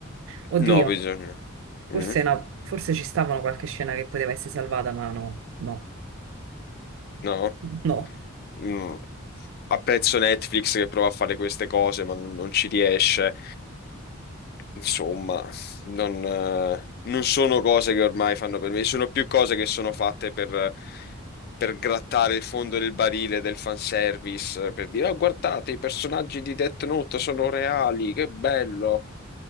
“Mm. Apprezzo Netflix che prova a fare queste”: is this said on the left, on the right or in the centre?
Left